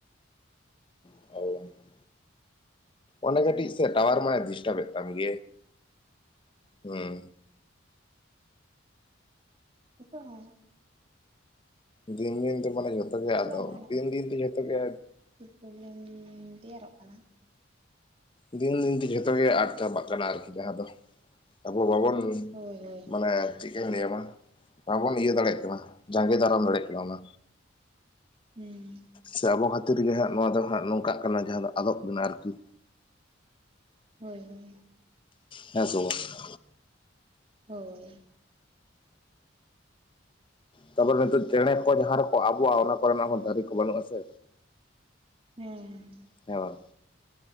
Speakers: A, on the left; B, on the right.
A: <inaudible> ᱚᱰᱮ ᱠᱟᱹᱴᱤᱡ
B: ᱮᱢ ᱞᱟᱹᱭᱮᱫ
A: ᱥᱮ
B: ᱛᱟᱦᱮᱸᱫ
A: ᱴᱟᱣᱟᱨ ᱢᱟ ᱰᱤᱥᱴᱟᱵᱮᱫ ᱛᱟᱢ ᱜᱤᱭᱟ. ᱦᱩᱸ
B: ᱦᱤᱛᱚᱜ ᱦᱚ
A: ᱫᱤᱱ ᱫᱤᱱ ᱛᱮ ᱢᱟᱱᱮ ᱡᱷᱚᱛᱚ ᱜᱮ
B: ᱪᱮᱫᱟᱜ
A: ᱟᱫᱚᱜ ᱫᱤᱱ ᱫᱤᱱ ᱛᱮ ᱡᱷᱚᱛᱚ ᱜᱮ
B: ᱯᱚᱵᱞᱮᱢ ᱩᱻ ᱛᱮᱭᱟᱨᱚᱜ ᱠᱟᱱᱟ
A: ᱫᱤᱱ ᱫᱤᱱᱛᱮ ᱡᱷᱚᱛᱚ ᱜᱮ ᱟᱫ ᱪᱟᱵᱟᱜ ᱠᱟᱱᱟ ᱟᱨᱠᱤ ᱡᱟᱦᱟᱸ ᱫᱚ ᱟᱵᱚ ᱵᱟᱵᱚᱱ
B: ᱦᱳᱭ ᱦᱳᱭ
A: ᱢᱟᱱᱮ ᱪᱮᱜᱠᱟᱹᱧ ᱞᱟᱹᱭᱟᱢᱟ ᱵᱟᱵᱚᱱ ᱤᱭᱟᱹ ᱫᱟᱲᱮᱭᱟᱜ ᱠᱟᱱᱟ ᱡᱟᱸᱜᱮ ᱫᱟᱨᱟᱢ ᱫᱟᱲᱮᱭᱟᱜ ᱠᱟᱱᱟ ᱚᱱᱟ
B: ᱦᱩᱸ
A: ᱥᱮ ᱟᱵᱚ ᱠᱷᱟᱹᱛᱤᱨ ᱜᱮ ᱦᱟᱸᱜ ᱱᱚᱣᱟ ᱫᱚ ᱦᱟᱸᱜ ᱱᱚᱝᱠᱟᱜ ᱠᱟᱱᱟ ᱡᱟᱦᱟᱸ ᱫᱚ ᱟᱫᱚᱜ ᱠᱟᱱᱟ ᱟᱨᱠᱤ
B: ᱦᱳᱭ ᱦᱳᱭ
A: ᱦᱮᱸ ᱥᱮ ᱵᱟᱝ ᱾
B: ᱦᱳᱭ
A: ᱛᱟᱯᱚᱨᱮ ᱱᱤᱛᱚᱜ ᱪᱮᱸᱬᱮ ᱠᱚ ᱡᱟᱦᱟᱸ ᱨᱮᱠᱚ ᱟᱵᱚᱜᱼᱟ ᱚᱱᱟ ᱠᱚᱨᱮᱱᱟᱜ ᱦᱚᱸ ᱫᱟᱨᱮ ᱠᱚ ᱵᱟᱹᱱᱩᱜᱼᱟ ᱥᱮ
B: ᱦᱮᱸ
A: ᱦᱮᱸ ᱵᱟᱝ?